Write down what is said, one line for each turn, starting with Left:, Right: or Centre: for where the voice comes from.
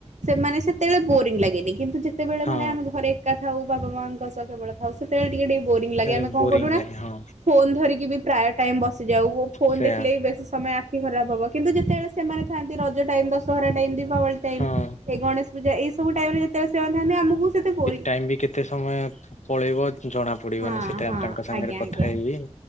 Right: ସେମାନେ ସେତେବେଳେ ବୋରିଙ୍ଗ ଲାଗେନି କିନ୍ତୁ ସେତେବେଳେ
Left: ହଁ
Right: ମାନେ ଆମେ ଘରେ ଏକା ଥାଉ ବାବା ମାଙ୍କ ସାଥେ କେବଳଥାଉ ସେତେବେଳେ ଟିକେ ଟିକେ େ କଣ
Left: ସେ ବୋରିଂ
Right: କରୁ
Left: ଲାଗେ
Right: ଧ <unintelligible>
Left: ହଁ
Right: ଯାଉ ଫୋନ
Left: ସେୟା
Right: ଦେଖିଲେ ବି ବେଶି ସମୟ ଆଖି ଖରାପ ହବ କିନ୍ତୁ ଯେତେବେଳେ ସେମାନେ ଥାନ୍ତି ପ time Dussehra time Deepavali time
Left: ହଁ।
Right: ଏଇ ଗଣେଶ ପୂଜା ଏଇସବୁ ଟାଇମ୍ ରେ ଯେତେବେଳେ ସେମାନେ ଥାନ୍ତେ ଆମକୁ ସେତେ ବୋରିଙ୍ଗ
Left: ଟାଇମ୍ ବି କେତେ ସମୟ ପଳେଇବ ଜଣା ପଡିବନି
Right: ହଁ
Left: ସେଟା
Right: ହଁ
Left: ତାଙ୍କ ସାଙ୍ଗରେ
Right: ଆଜ୍ଞା
Left: କଥା
Right: ଆଜ୍ଞା।
Left: ହେଇକି